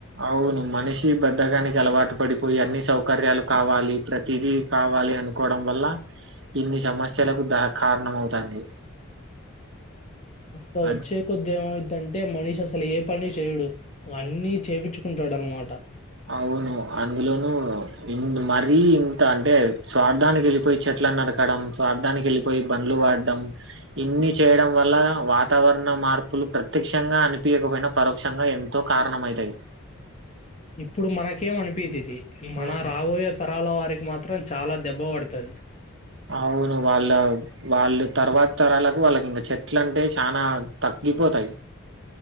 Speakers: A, on the right; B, on the left.
A: అవును మనిషి బాధకానికి అలవాటు పడిపోయి అన్ని సౌకర్యాలు కావాలి ప్రతిదీ కావాలి అనుకోవడం వల్ల ఇన్ని సమస్యలకు ద కారణమవుతుంది.
B: ఇంకా వచ్చే
A: అది
B: కొధి ఏమవుందంటే మనిషి అసలు ఏ పని చేయడు. అన్నీ చేపిచ్చుకుంటాడు అన్నమాట.
A: అవును అందులోనూ ఇన్ మరీ ఇంత అంటే స్వార్థానికి వెళ్ళిపోయి చెట్ల నరకడం స్వార్థానికి వెళ్ళిపోయి బండ్లు వాడం ఇన్ని చేయడం వల్ల వాతావరణ మార్పులు ప్రత్యక్షంగా అనిపియకపోయినా పరోక్షంగా ఎంతో కారణమయితాయి
B: ఇప్పుడు మనకేం అనిపే ఇది మన
A: హ్మ్.
B: రావోయ త పట్టాల వారికి మాత్రం చాలా దెబ్బ పడుతది
A: అవును వాళ్ళ వాళ్ళు తర్వాత తరాలకు వాళ్ళకి ఇంగ చెట్లు అంటే చనా తగ్గిపోతాయి.